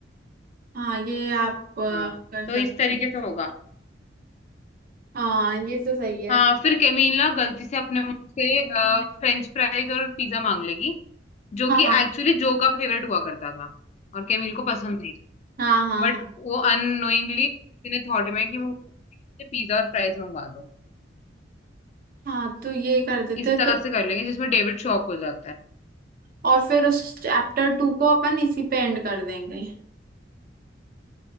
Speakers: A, on the right (about 50°); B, on the left (about 35°).
A: हाँ ये आप अ,
B: हाँ
A: कर
B: तो
A: सकते
B: इस तरीके
A: हो
B: से होगा
A: हाँ ये तो सही है
B: हाँ फिर केमिल ना गलती से अपने मुंह से फ्रेंच फ्राइज और पिज्जा मांग लेगी जो
A: हाँ
B: कि
A: हाँ
B: एक्चुअली जो का फेवरेट हुआ करता था और केमिल को पसंद नहीं
A: हाँ हाँ
B: बट
A: हाँ
B: वो अननोइंगली उसने थॉट में कि वो पिज्जा और फ्राइज मंगवा दो
A: हाँ तो ये कर देते
B: इस
A: हैं,
B: तरह
A: तो
B: से कर लेंगे जिसमें डेविड शॉक हो जाता है
A: और फिर उस चैप्टर टू को अपन इसी पे एंड कर देंगे